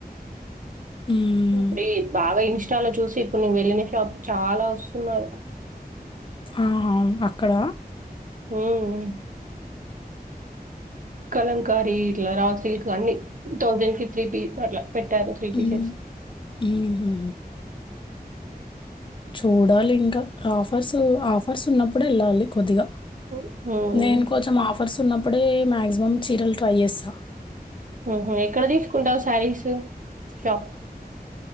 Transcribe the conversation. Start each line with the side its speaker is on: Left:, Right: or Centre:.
Left: హ్మ్.
Right: ఇప్పుడే బావ ఇ చాలా చూసి ఇప్పుడు ను వెళ్ళిన షాప్ చాలా వస్తున్నారు
Left: ఆ అక్కడ
Right: హుమ్ కలంకారీ ఇట్లా రాసిల్క్ అన్ని థౌసండ్ కి త్రీ పిస్ అట్లా పెట్టారు త్రీ
Left: హ్మ్.
Right: పీసెస్ప్స్
Left: హుహు. చూడాలి ఇంకా ఆఫ్ ఆఫర్స్ ఆఫర్స్ ఉన్నప్పుడే వెళ్ళాలి కొద్దిగా
Right: హ్మ్. హ్మ్.
Left: నేను కొంచెం ఆఫ్ ఆఫర్స్ ఉన్నప్పుడే మేగ్జిమం చీరలు ట్రై చేస్తా
Right: ఊహూ ఎక్కడ తీసుకుంటావు శారీస్ షాప్